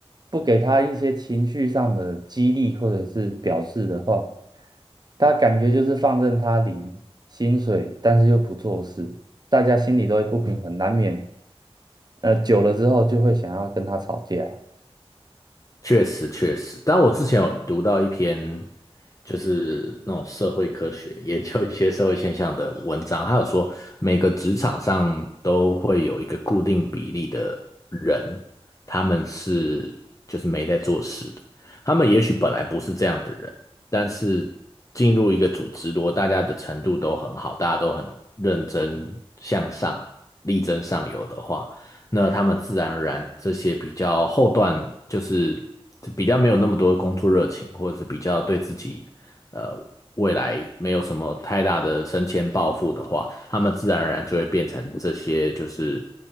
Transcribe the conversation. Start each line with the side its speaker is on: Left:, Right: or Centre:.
Right: 不给他一些情绪上的激励或者是表示的话，他感觉就是放任他领薪水，但是又不做事，大家心里都会不平衡，难免呃久了之后就会想要跟他吵架。
Left: 确实确实，但我之前有读到一篇，就是那种社会科学 <laughs> 研究一些社会现象的文章，他有说每个职场上都会有一个固定比例的人，他们是就是没在做事的，他们也许本来不是这样的人，但是进入一个组织，如果大家的程度都很好，大家都很认真向上、力争上游的话。那他们自然而然这些比较后段就是比较没有那么多工作热情，或者是比较对自己呃未来没有什么太大的升迁抱负的话，他们自然而然就会变成这些就是